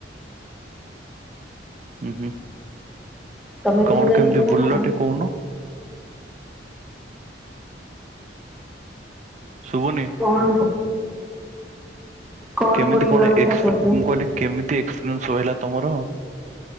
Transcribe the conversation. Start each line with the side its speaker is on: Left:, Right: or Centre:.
Right: ହୁଁ <inaudible> ଉଁ ହୁଁ ।
Centre: ତମେ କେବେ
Right: କଣ
Centre: ଯାଇଥିଲ
Right: କେମିତି ବୁଲିଲ
Centre: ନା
Right: କୋହୁନୁ? ଶୁଭୁନି
Centre: କଣ କଣ
Right: କେମିତି
Centre: ବୁଲିବା
Right: କଣ
Centre: କଥା
Right: ଏକ୍ସ
Centre: କହୁଛ?
Right: ମୁଁ କହିଲି କେମିତି ଏକ୍ସ ସଇଲା ତମର।